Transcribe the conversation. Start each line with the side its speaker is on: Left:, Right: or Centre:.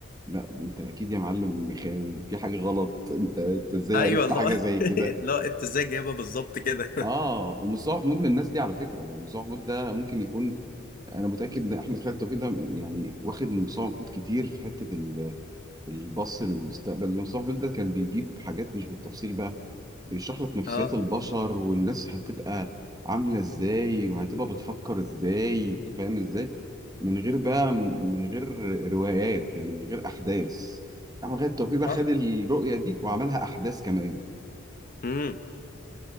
Right: لا انت اكيد يا معلم مخاوي في حاجة غلط انت انت ازاي
Left: ايوه
Right: عرفت
Left: والله
Right: حاجة زي كده
Left: <laughs> لا انت ازاي جايبها بالظبط كده
Right: اه ومصطفى محمود من الناس دي على فكره يعني مصطفى محمود ده ممكن يكون انا متاكد ان احمد خالد توفيق ده يعني واخد من مصطفى محمود كتير في حته ال- البص للمستقبل مصطفى محمود ده كان بيجيب حاجات مش بالتفصيل بقى بيشرح
Left: <laughs>
Right: لك نفسيات
Left: اه
Right: البشر والناس هتبقى عامله ازاي وهتبقى بتفكر ازاي انت فاهم ازاي من غير بقى من غير روايات يعني من غير احداث احمد خالد توفيق بقى
Left: صح
Right: خد الرؤيه دي وعملها احداث كمان
Left: امم